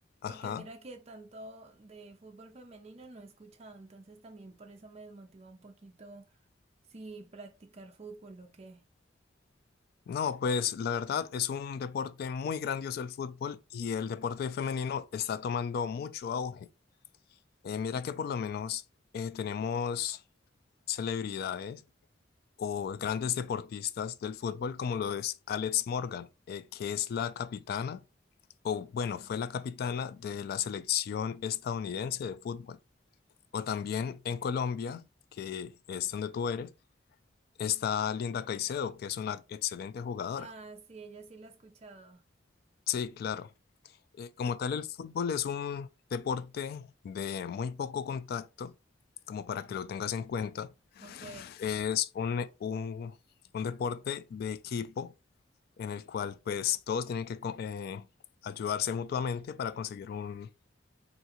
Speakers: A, on the right (about 35°); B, on the left (about 55°).
A: Porque
B: Ajá.
A: mira que tanto de fútbol femenino no he escuchado, entonces también por eso me desmotiva un poquito si practicar fútbol o qué.
B: No, pues la verdad es un deporte muy grandioso el fútbol y el deporte femenino está tomando mucho auge. Eh, mira que por lo menos eh, tenemos celebridades o grandes deportistas del fútbol, como lo es Alex Morgan, eh, que es la capitana o bueno, fue la capitana de la selección estadounidense de fútbol. O también en Colombia, que es donde tú eres, está Linda Caicedo, que es una excelente jugadora.
A: Ah, sí, ella sí la ha escuchado.
B: Sí, claro. Eh, como tal, el fútbol es un deporte de muy poco contacto, como para que lo tengas en cuenta.
A: Ok.
B: Es un, eh, un, un deporte de equipo en el cual pues todos tienen que co- eh, ayudarse mutuamente para conseguir un,